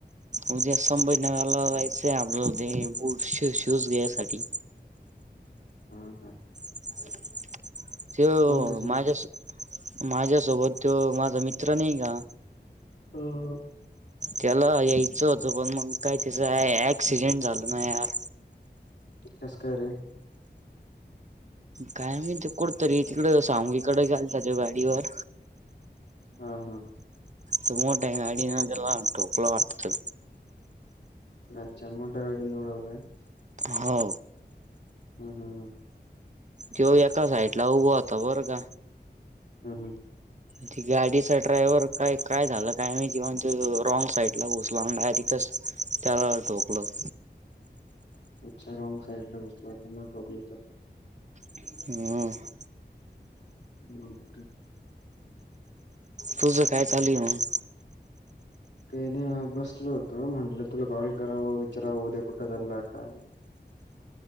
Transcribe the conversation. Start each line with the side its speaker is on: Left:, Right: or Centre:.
Right: उद्या संभजनगरला जायचंय आपल्या ते बूट शूज घ्यायसाठी
Left: ह का
Right: <unintelligible> तो
Left: कोणता शूज?
Right: माझ्यां माझ्यांसोबतं तो माझां मित्रं नाहीं कां
Left: हम्मं हम्मं
Right: त्यांला यांयचं होतं पणं मंग कायं तसं आहे ऍक्सिडेंट झालं ना यांर
Left: कसं कायं रे
Right: कायं म्हाईत कुठंतरी तिकडं स्वांमी कडे गेलतां गाडीवर
Left: हां हां
Right: तो मोठ्यां गाडी वाल्या न ठोकलं वाटतं
Left: अछां मोठ्यां गाडीन उडंवलंय
Right: हो
Left: हम्मं हम्मं
Right: तो एका साईडंला उभां होतां बरं कां
Left: हम्मं हम्मं
Right: ते गाडीचा ड्रायव्हर कायं कायं झालं कायं माहिती तो रॉंग साईड डांयरेक्ट घुसलां आणि त्यांला ठोकलं
Left: अच्छां रॉंग साईड लां घुसला म्हणूंन ठोकली त्यांन
Right: हां
Left: ओके
Right: तुझं कायं चालूं आहे मंग
Left: कांहीं नाहीं बसंल होतं म्हटलं तुलां कॉल करावं विचारावं उद्यां कुठं चाललां कायं <unintelligible>